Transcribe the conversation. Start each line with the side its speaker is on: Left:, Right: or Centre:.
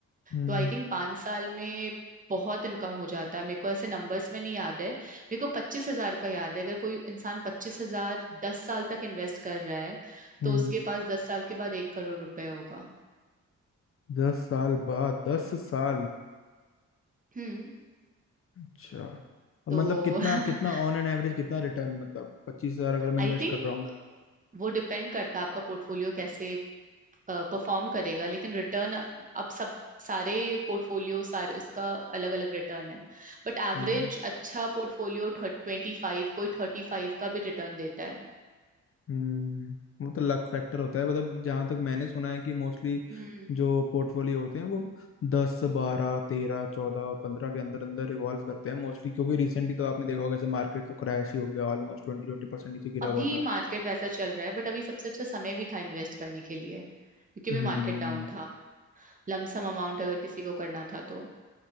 Left: हम्म
Right: तो आई थिंक पाँच साल में बहुत इनकम हो जाता है मेरे को ऐसे नंबर्स में नहीं याद है मेरे को पच्चीस हजार का याद है अगर कोई इंसान पच्चीस हजार दस साल तक इन्वेस्ट कर रहा है
Left: हम्म।
Right: तो उसके पास दस साल के बाद एक करोड़ रुपए होगा
Left: दस साल बाद दस साल
Right: हम्म
Left: अच्छा अब
Right: तो
Left: मतलब कितना
Right: <laughs>
Left: कितना ऑन एन एवरेज कितना रिटर्न मतलब पच्चीस हजार अगर मैं
Right: आई
Left: इन्वेस्ट
Right: थिंक
Left: कर रहा हूँ
Right: वो डिपेंड करता है आपका पोर्टफोलियो कैसे परफॉर्म करेगा लेकिन रिटर्न अब सब सारे पोर्टफोलियो सारे उसका अलग अलग रिटर्न है बट एवरेज
Left: हम्म
Right: अच्छा पोर्टफोलियो ट्वेंटी फाइव कोई थर्टी फाइव का भी रिटर्न देता है
Left: हम्म वो तो लक फैक्टर होता है मतलब जहां तक मैंने सुना है कि मोस्टली
Right: हम्म
Left: जो पोर्टफोलियो होते हैं वो दस बारह तेरह चौदह पंद्रह के अंदर अंदर रिवॉल्व करते हैं मोस्टली क्योंकि रिसेंटली तो आपने देखा होगा ऐसे मार्केट तो क्रैश ही हो गया ऑलमोस्ट ट्वेंटी ट्वेंटी परसेंट नीचे गिरा
Right: अभी
Left: हुआ था
Right: मार्केट वैसा चल रहा है बट अभी सबसे अच्छा समय भी था इन्वेस्ट करने के लिए क्योंकि अभी
Left: हम्म
Right: मार्केट डाउन था लमसम अमाउंट अगर किसी को करना था तो